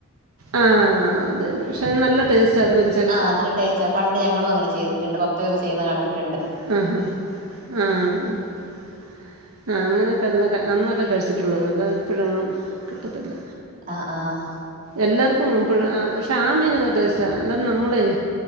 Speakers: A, on the right; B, on the right.
A: ആഹ് അതന്നെ പക്ഷെ അത് നല്ല ടേസ്റ്റാ പൊരി
B: ആഹ് അതൊരു ടേസ്റ്റാ പണ്ട് ഞങ്ങളും അങ്ങനെ ചെയ്തിട്ടുണ്ട് പപ്പയൊക്കെ ചെയ്യുന്നത് കണ്ടിട്ടുണ്ട്
A: ആഹ് ആഹ് ആഹ് ആഹ് അങ്ങനെയൊക്കെ ഉള്ള അന്നൊക്കെ കഴിച്ചിട്ടുണ്ട് അല്ലാതെ ഇപ്പോഴൊന്നും കിട്ടത്തില്ല
B: ആഹ് ആഹ്
A: എല്ലാർക്കുംപ്പഴ ആഹ് പക്ഷെ ആ മീന് നല്ല ടേസ്റ്റാ അല്ലാതെ നമ്മളേയ്